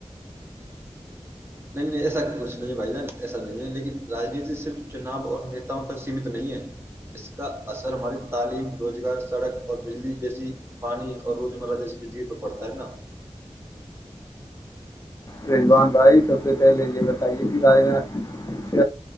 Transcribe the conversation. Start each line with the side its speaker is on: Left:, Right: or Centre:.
Right: نہیں نہیں ایسا کچھ نہیں بھائی جان ایسا نہیں ہے لیکن راجنیتی صرف چناؤ اور نیتاؤں تک سیمت نہیں ہے اس کا اثر ہماری تعلیم روزگار سڑک اور بجلی جیسی پانی اور روز مرہ جیسی زندگی پر بڑتا ہے نا
Left: رضوان بھے سب سے پہلے یہ بتائیے کہ بارے میں کچھ